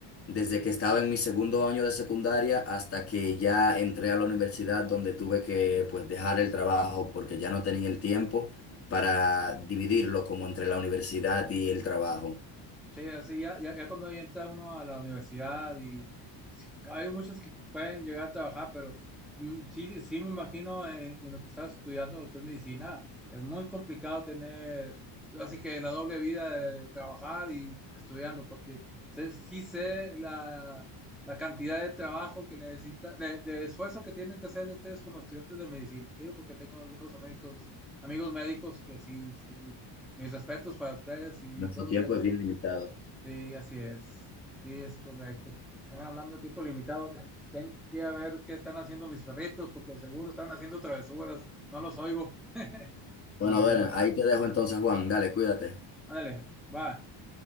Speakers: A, on the left; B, in the centre.
A: desde que estaba en mi segundo año de secundaria hasta que ya entré a la universidad donde tuve que pues dejar el trabajo porque ya no tenía el tiempo para dividirlo como entre la universidad y el trabajo.
B: Sí, así ya, ya, ya cuando ya entra uno a la universidad y sí, hay muchos que pueden llegar a trabajar, pero mm, sí, sí me imagino en, en lo que estás estudiando, lo que es medicina, es muy complicado tener, así que la doble vida de trabajar y estudiando, porque sé- sí sé la, la cantidad de trabajo que necesita, de, de esfuerzo que tienen que hacer ustedes como estudiantes de medicina. Te digo porque tengo algunos médicos, amigos médicos que sí, sí, sí. Mis respetos para ustedes y
A: Nuestro
B: todos
A: tiempo
B: los que han
A: es bien limitado.
B: Sí, así es. Sí, es correcto. Bueno, hablando de tiempo limitado, te- tengo que ir a ver qué están haciendo mis perritos, porque seguro están haciendo travesuras. No los oigo. <laughs>
A: Bueno,
B: Bueno,
A: bueno, ahí te dejo entonces, Juan. Dale, cuídate.
B: ándale, va.